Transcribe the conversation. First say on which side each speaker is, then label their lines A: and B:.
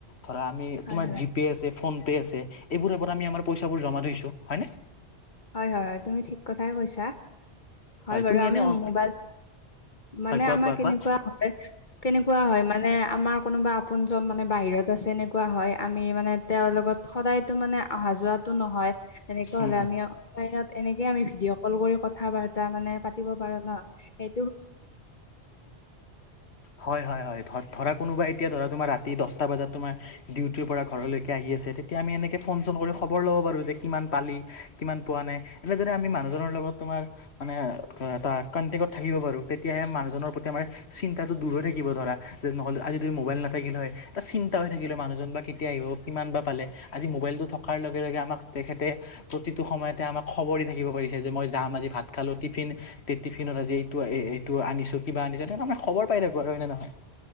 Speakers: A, on the left; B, on the left.
A: ধৰা আমি
B: হয়
A: তোমাৰ
B: হয় হয়
A: জিপে' আছে ফোন পে আছে, এইবোৰো পৰা আমি পইচা বোৰ জমা থৈছোঁ, হয়নে?
B: হয় হয় হয় তুমি ঠিক কথাই কৈছা, হয় বাৰু
A: তুমি
B: আমি
A: এনে অ
B: মোবাইল মানে
A: হয় কোৱা
B: আমাৰ
A: কোৱা
B: কেনেকুৱা
A: কোৱা
B: হয়, কেনেকুৱা হয় মানে আমাৰ কোনোবা আপোনজন মানে বাহিৰত আছে এনেকুৱা হয়, আমি মানে তেওঁৰ লগত সদায়তো মানে অহা অহ যোৱাটো নহয় তেনেক
A: হুম
B: হলে
A: হুম।
B: আমি দিনত এনেকে আমি ভিডিঅ' কল কৰি কথা বাৰ্তা মানে পাতিব পাৰো নে। সেই
A: হয় হয় হয় ধৰা কোনোবা এতিয়া ধৰা তোমাৰ ৰাতি দশ টা বজাত তোমাৰ ডিউটিৰ পৰা ঘৰলৈকে আহি আছে, তেতিয়া আমি এনেকৈ ফোন চোন কৰি খবৰ ল'ব পাৰোঁ যে কিমান পালি। কিমান পোৱা নাই এনেদৰে আমি মানুহজনৰ লগত তোমাৰ মানে এটা কন্তেকট থাকিব পাৰোঁ। তেতিয়াহে মানুহজনৰ প্ৰতি আমাৰ চিন্তাটো দূৰ হৈ থাকিব ধৰা যে নহ'লে আজি যদি মোবাইল নাথাকিলে হয় এটা চিন্তা হৈ থাকিলে মানুহজন বা কেতিয়া আহিব কিমান বা পে আজি মবাইলতটো থকাৰ লগে লগে আমাক তেখেত তে প্ৰতিটো সময়ত তে আমাক খবৰ দি থাকিব পাৰিছে যে মই যাম আজি ভাত খালো টিফিন টিফিনত আজি এইটো এইটো আনিছো কিবা আনিছে তে আানে খবৰ পাই থাকিব আৰু হয়নে নহয়?